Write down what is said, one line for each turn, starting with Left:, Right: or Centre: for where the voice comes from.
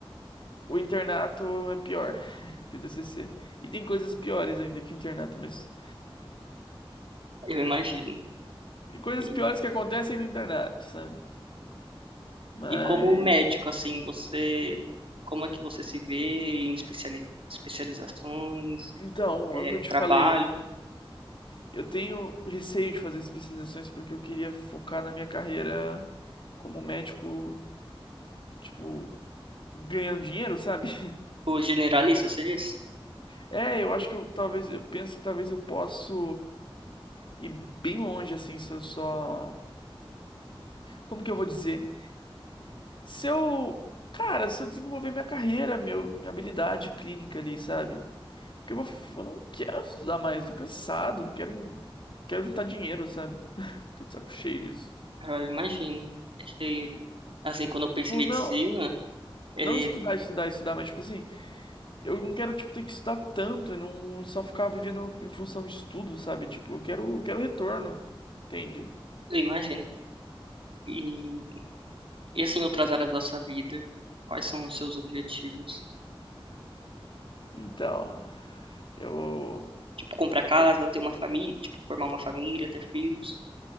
Left: O internato é pior <laughs> que o TCC. E tem coisas piores ainda que o internato, mas.
Right: Eu imagino.
Left: E coisas
Right: E,
Left: piores que acontecem no internato, sabe? Mas.
Right: e como médico, assim, você, como é que você se vê em especiali- especializações,
Left: Então,
Right: eh,
Left: é o que eu te
Right: trabalho?
Left: falei. Eu tenho receio de fazer especializações porque eu queria focar na minha carreira como médico, tipo, ganhando dinheiro, sabe? <laughs>
Right: Tipo, generalista, você diz?
Left: É, eu acho que eu talvez. Eu penso que talvez eu possa. E bem longe, assim, se eu só. Como que eu vou dizer? Se eu. Cara, se eu desenvolver minha carreira, meu, minha habilidade clínica ali, sabe? Porque eu vou. Eu não quero estudar mais, tô cansado, quero. Quero juntar dinheiro, sabe? Tô de saco cheio disso.
Right: Ah, Eu imagino. E, assim, quando eu penso
Left: Tipo,
Right: em medicina,
Left: não.
Right: eh,
Left: Não estudar, estudar, estudar, mas tipo assim, eu não quero, tipo, ter que estudar tanto e não só ficar vivendo em função de estudo, sabe? Tipo, eu quero, eu quero retorno, entende?
Right: eu imagino. E E assim, outras áreas da sua vida, quais são os seus objetivos?
Left: Então, eu
Right: Tipo, comprar casa,
Left: tô
Right: ter uma família, tipo, formar uma família, ter filhos?